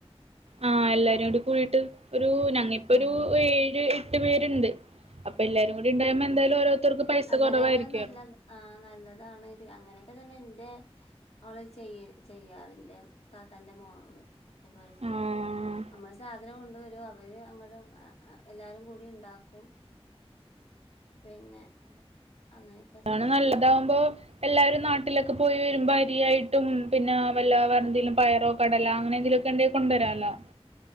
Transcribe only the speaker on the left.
ആഹ്
ആഹ്
അങ്ങനെയായ
നല്ല ആഹ് നല്ലതാണ് അങ്ങനെയൊക്കെ തന്നെ ഇന്റെ- അവള് ചെയ്യ ചെയ്യാറിന്റെ താത്താന്റെ മോള്- അതേപോലെ ചെയ്യാ
നമ്മള് സാധ തനം കൊണ്ട് വരും അവര് അങ്ങട് എല്ലാരും കൂടി ഇണ്ടാക്കും- പിന്നെ- അങ്ങനെയൊക്കെ-
ചെയ്യാൻ